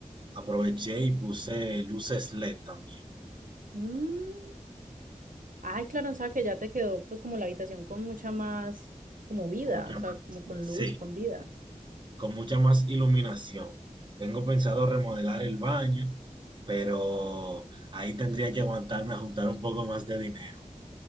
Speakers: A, on the right; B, on the right.
A: aproveché y puse luces LED también.
B: Mm, Ay, claro, o sea que ya te quedó pues como la habitación con mucha más como vida,
A: Como llaman?
B: o sea, como con
A: Sí,
B: luz, con vida.
A: con mucha más iluminación. Tengo pensado remodelar el baño, pero ahí tendría que aguantarme a juntar un poco más de dinero.